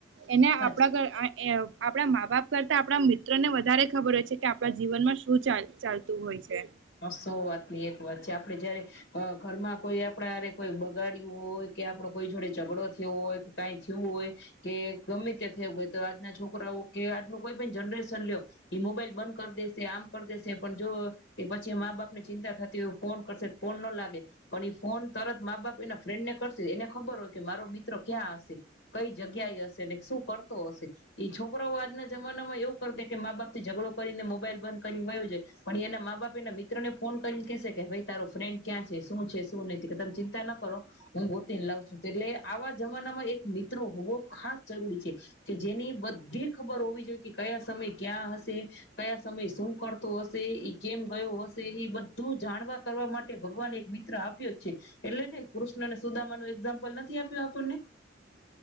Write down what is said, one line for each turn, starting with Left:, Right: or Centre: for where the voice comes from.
Right: એને
Left: સાચે
Right: આપણા ઘર આ એઅ આપણા મા બાપ કરતા આપણા મિત્રને વધારે ખબર હોય છે કે આપણા જીવનમાં શું ચાલ ચાલતું હોય છે.
Left: હ, સૌ વાતની એક વાત છે. આપડે જયારે અ ઘરમાં કોઈ આપડા હારે કોઈ બગાડ્યું હોય કે આપડો કોઈ જોડે ઝઘડો થ્યો હોય કાંઈ થ્યું હોય કે ગમે તે થયવું હોય તો આજના છોકરાઓ કે આજનું કોઈ પણ જનરેશન લ્યો એ મોબાઈલ બંધ કર દેશે આમ કર દેશે પણ જો એ પછી મા બાપને ચિંતા કર તેઓ ફોન કરશે ફોન ન લાગે પણ ઈ ફોન તરત મા બાપ એના ફ્રેન્ડને કરશે એને ખબર હોય કે મારો દીકરો ક્યાં હશે કઈ જગ્યા એ હશે ને શું કરતો હશે ઈ છોકરાઓ આજ ના જમાનામાં એવું કર દે કે મા બાપથી ઝઘડો કરીને મોબાઈલ બંધ કરીન વયો જાય પણ એના માં કોઈના મિત્રને ફોન કરીન કેશે કે ભઈ તારો ફ્રેન્ડ ક્યાં છે શું છે શું નહ ક તમ ચિંતા ના કરો હું ગોતીન લાવ છું એટલે આવા જમાનામાં એક મિત્ર હોવો ખાસ જરૂરી છે કે જેની બધી ખબર હોવી જોઈએ કે કયા સમય ક્યાં હશે કયા સમય શું કરતો હશે ઈ કેમ ભય વોશ તો ઈ બધું જાણવા કરવા માટે ભગવાને એક મિત્ર આપ્યો છે એટલે ને કૃષ્નને સુદામાનું એક્ઝામ્પલ નથી આપ્યું આપણને.